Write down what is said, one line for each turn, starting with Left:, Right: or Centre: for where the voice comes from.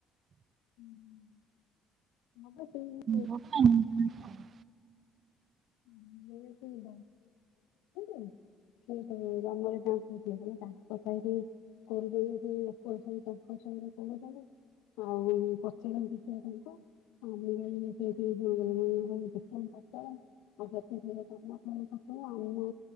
Left: ହୁଁ। ହଁ ବା ସେଇ
Right: ମୋ ପାଇଁ <inaudible>
Left: <inaudible> ଏଇ ସେଇ <inaudible> ସେଇଟା ବି ଆମରି ଯୋଉ ପୂଜା କଲେ ତା କଥା ହେଇକି କରିଦେଇକି <unintelligible> ତାଙ୍କ ସାଙ୍ଗରେ କଲେ ଯାଇକି। ଆଉ <unintelligible> ପଚାରନ୍ତି ସେ <unintelligible> ହଁ ମୁଁ ଯାଇଥିନି ସିଏ <unintelligible> ଆଉ ସେକେଣ୍ଡ ଥର ଯାଇଥାନ୍ତି ନା <unintelligible> ଆମେ ବି,